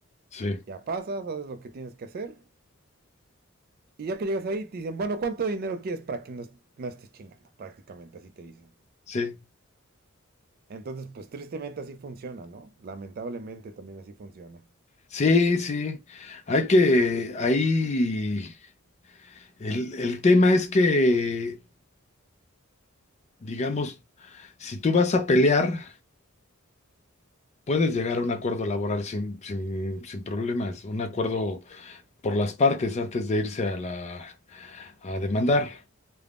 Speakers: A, on the left; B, on the right.
A: sí,
B: Ya pasas, haces lo que tienes que hacer. Y ya que llegas ahí, te dicen, bueno, ¿cuánto dinero quieres para que no, est- no estés chingando? Prácticamente así te dicen.
A: sí,
B: Entonces, pues tristemente así funciona, ¿no? Lamentablemente también así funciona.
A: sí, sí. Hay que, ahí, el, el tema es que digamos, si tú vas a pelear, puedes llegar a un acuerdo laboral sin, sin, sin problemas, un acuerdo por las partes antes de irse a la, a demandar.